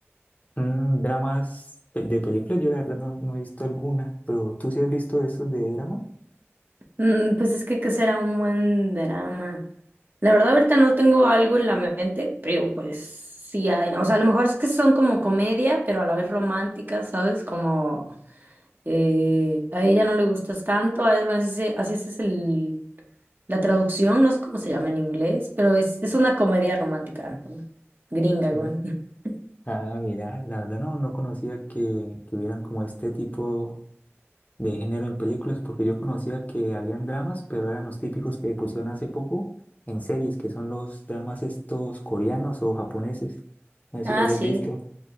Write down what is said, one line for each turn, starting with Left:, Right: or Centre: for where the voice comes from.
Left: Mm, dramas pel- de películas, yo la verdad no, no he visto alguna, pero tú sí has visto esos de drama,
Right: Mm, pues es que qué será un buen drama. La verdad ahorita no tengo algo en la mente, pero pues sí hay, ¿no? O sea, a lo mejor es que son como comedia, pero a la vez románticas, ¿sabes? Como eh, a ella no le gustas tanto, a él, bueno, así, se- así es el, la traducción, no sé cómo se llama en inglés, pero es, es una comedia romántica, ¿no? Gringa,
Left: sí.
Right: güey. <laughs>
Left: Ah, mira, la verdad no, no conocía que, que hubieran como este tipo de género en películas, porque yo conocía que habían dramas, pero eran los típicos que pusieron hace poco en series, que son los dramas estos coreanos o japoneses. No sé
Right: Ah,
Left: si lo hayas
Right: sí,
Left: visto,